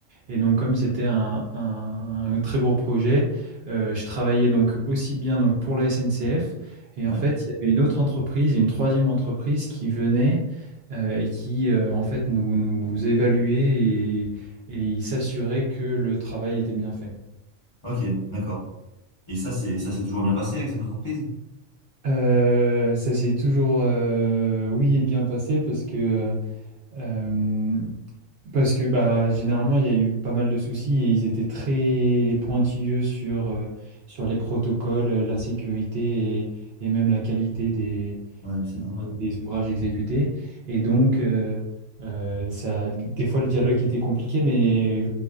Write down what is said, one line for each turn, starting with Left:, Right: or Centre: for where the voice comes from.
Right: Et donc, comme c'était un, un- un très gros projet, euh, je travaillais donc aussi bien donc pour la SNCF. Et
Left: Ouais.
Right: en fait, il y avait une autre entreprise, une troisième entreprise qui venait euh, et qui euh, en fait nous, nous évaluait et, et s'assurait que le travail était bien fait.
Left: Ok, d'accord. Et ça, c'est ça s'est toujours bien passé avec cette entreprise?
Right: Euh, ça s'est toujours euh, oui bien passé parce que euh, Parce que bah, généralement, il y a eu pas mal de soucis et ils étaient très pointilleux sur, euh, sur les protocoles, euh, la sécurité et, et même la qualité des,
Left: Ouais, mais c'est normal.
Right: des ouvrages exécutés. Et donc, euh, euh, ça, des fois, le dialogue était compliqué, mais